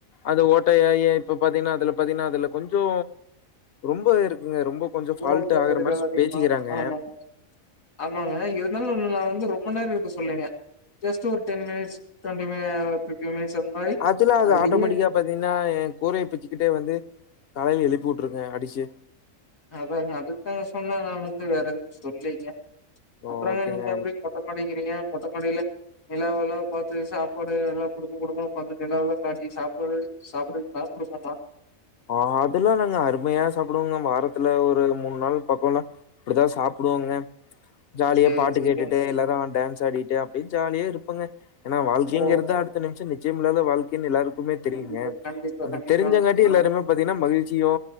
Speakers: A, on the left (about 55°); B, on the left (about 80°).
A: அது ஓட்டையாயி இப்ப பாத்தீங்கனா அதுல கொஞ்சோ ரொம்ப இருக்குங்க ரொம்போ கொஞ்சோ ஃபால்ட்
B: புற ஊதா
A: ஆகுற
B: கதிர்கள்
A: மாரி
B: அதிகமா
A: பேசிக்கிறாங்க
B: ஆமா ஆமா ஆமாங்க இருந்தாலு நா வந்து ரொம்ப நேரோ இருக்க சொல்லங்க ஜஸ்ட்டு ஒரு ten minutes twenty minutes fifteen minutes அந் மாதிரி
A: அதுல அது
B: அதுலயே
A: ஆட்டோமேட்டிக்கா பாத்தீங்கன்னா என் கூரைய பிச்சுக்கிட்டே வந்து கலையையில எழுப்பி விட்ருங்க அடிச்சி
B: அதாங்க அதுக்குதாங்க சொன்னா நா வந்து வேற எது சொல்லீங்க அப்புறக
A: ஓகேங்க
B: நீங்க எப்டி தம் அடிக்கிறீங்க மொட்ட மாடியில நிலாவெல்லா பாத்து சாப்பாடு நல்லா குடும்ப குடும்ப உக்காந்து நிலாவல்லா காட்டி சாப்பாடு சாப்டுவிங்களா குடும்பமா
A: ஆ அதுல்லா நாங்க அருமையா சாப்புடுவோங்க வாரத்துல ஒரு மூணு நாள் பக்கோலா அப்டிதா சாப்புடுவோங்க ஜாலியா
B: சேரி
A: பாட்டு
B: சேரி
A: கேட்டுட்டு எல்லாரு டான்ஸ் ஆடிட்டு அப்டியே ஜாலியா இருப்பங்க ஏனா வாழ்க்கைங்கிறது
B: பரவால்ல
A: அடுத் த நிம்ஷோ நிச்சயமில்லாத வாழ்க்கைன் எல்லாருக்குமே தெரியுங்க
B: கண்டிப்பா, கண்டிப்பா,
A: அது
B: கண்டிப்பா.
A: தெரிஞ்சங்காட்டி
B: ஆமா,
A: எல்லாருமே பாத்தீங்கன்னா மகிழ்ச்சியோ